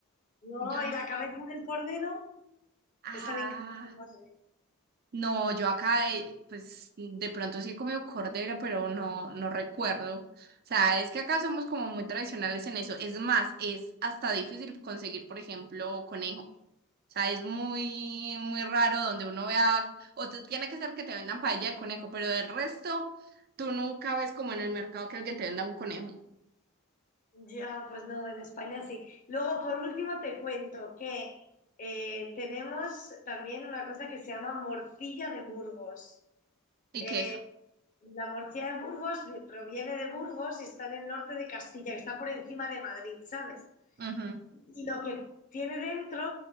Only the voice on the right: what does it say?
Yo, n-
ah,
no, yo acá, eh, pues de pronto sí he comido cordero, pero no, no recuerdo. O sea, es que acá somos como muy tradicionales en eso. Es más, es hasta difícil conseguir, por ejemplo, conejo. O sea, es muy, muy raro donde uno vea, o tú- tiene que ser que te vendan paella de conejo, pero del resto, tú nunca ves como en el mercado que alguien te venda un conejo
y
queso.
Ujú,